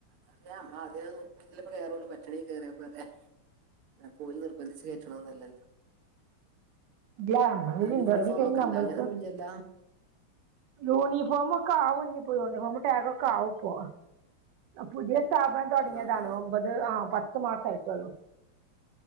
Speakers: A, on the right; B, on the right.
A: അതറിയ നമ്മളാദ്യത് നോക്കീട്ടല്ലെ കേറൊള്ളു, പറ്റാണെങ്കി കേറ്യാ പോരെ അപ്പോല് നിർബന്ധിച്ച് കേറ്റ്ണൊന്നല്ലല്ലൊ.
B: ല്ല, നമ്മളൊര് ഇന്റർവ്യൂ
A: യൂണിഫോം
B: കയ്ഞ്ഞ്
A: ഒക്കെ ഉണ്ടോ
B: നമ്മൾക്ക്
A: അങ്ങനെയൊന്നും ഇല്ലല്ലോ
B: യൂണിഫോമൊക്കെ ആവും ഇഞ്ഞ് പ്പൊ, യൂണിഫോമും ടാഗും ഒക്കാവുപ്പോ പുതിയ സ്ഥാപനം തൊടങ്ങിയതാണ്.
A: ആഹ് ആഹ്
B: ഒമ്പത് ആഹ് പത്ത് മാസായിട്ടൊള്ളു.